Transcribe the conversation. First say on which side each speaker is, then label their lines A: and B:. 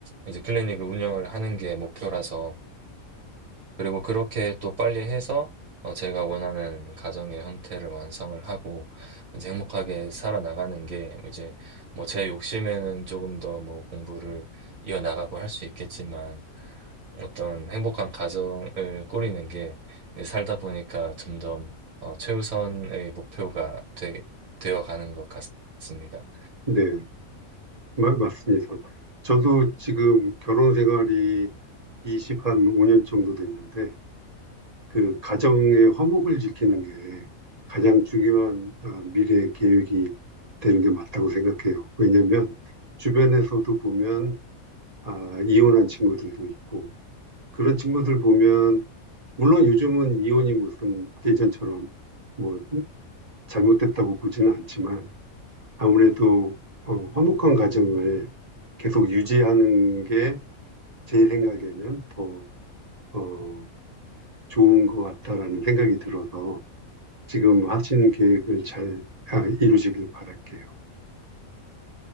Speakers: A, on the right; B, on the right.
A: 이제 클리닉을 운영을 하는 게 목표라서 그리고 그렇게 또 빨리 해서 어, 제가 원하는 가정의 형태를 완성을 하고 이제 행복하게 살아나가는 게 이제 뭐 제 욕심에는 조금 더 뭐 공부를 이어나가고 할 수 있겠지만 어떤 행복한 가정을 꾸리는 게 살다 보니까 점점 어, 최우선의 목표가 되, 되어 가는 것 같습니다.
B: 네. 마- 맞습니다. 저도 지금 결혼 생활이 20, 한 5년 정도 됐는데, 그 가정의 화목을 지키는 게 가장 중요한 아, 미래 계획이 되는 게 맞다고 생각해요. 왜냐면 하 주변에서도 보면 아, 이혼한 친구들도 있고, 그런 친구들 보면, 물론 요즘은 이혼이 무슨 예전처럼 뭐 잘못됐다고 보지는 않지만, 아무래도 어, 화목한 가정을 계속 유지하는 게 제 생각에는 더 어, 좋은 것 같다라는 생각이 들어서 지금 하시는 계획을 잘 아, 이루시길 바랄게요.